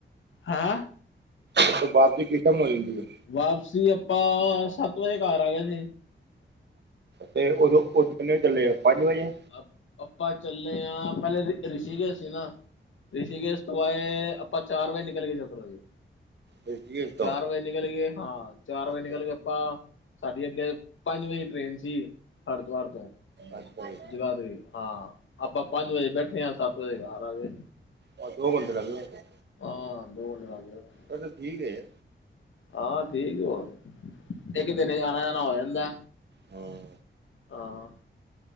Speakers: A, on the left; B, on the right.
A: ਹੈਅ
B: ਓਥੋਂ ਵਾਪਸੀ ਕਿਸ ਟੈਮ ਹੋ ਜਾਂਦੀ ਐ।
A: ਵਾਪਸੀ ਆਪਾਂ ਸੱਤ ਵਜੇ ਘਰ ਆ ਗਏ ਸੀ।
B: ਤੇ ਉਦੋਂ ਉਦੋਂ ਕਿੰਨੇ ਵਜੇ ਚੱਲੇ ਓ ਪੰਜ ਵਜੇ
A: ਅਪ ਆਪਾ ਚੱਲੇ ਆ ਪਹਿਲੇ ਰਿ ਰਿਸ਼ੀਕੇਸ਼ ਸੀ ਨਾ ਰਿਸ਼ੀਕੇਸ਼ ਤੋ ਆਏ ਆਪਾਂ ਚਾਰ ਵਜੇ ਨਿਕਲ ਗਏ ਸੀ ਓਧਰੋਂ ਦੀ,
B: ਰਿਸ਼ੀਕੇਸ਼ ਤੋਂ
A: ਚਾਰ ਵਜੇ ਨਿਕਲ ਗਏ ਹਾਂ, ਚਾਰ ਵਜੇ
B: ਅੱਛਾ
A: ਨਿਕਲ ਗਏ ਆਪਾਂ ਸਾਡੀ ਅੱਗੇ ਪੰਜ ਵਜੇ ਦੀ ਟ੍ਰੇਨ ਸੀ ਹਰਦੁਆਰ ਤੋਂ
B: ਅੱਛਾ ਜ
A: ਜਗਾਦਰੀ ਹਾਂ ਆਪਾਂ ਪੰਜ ਵਜੇ ਬੈਠੇ ਆ ਸੱਤ ਵਜੇਰ ਘਰ ਆ ਗਏ।
B: ਬਸ ਦੋ ਘੰਟੇ ਲੱਗਦੇ।
A: ਹਾਂ ਦੋ ਘੰਟੇ ਲਗ ਜਾਂਦੇ ਨੇ।
B: ਅ ਤੇ ਠੀਕ ਏ।
A: ਹਾਂ ਠੀਕ ਐ ਹੋਰ ਇੱਕ ਦਿਨ ਆਣਾ ਜਾਣਾ ਹੋ ਜਾਂਦਾ
B: ਹਾਂ
A: ਆ।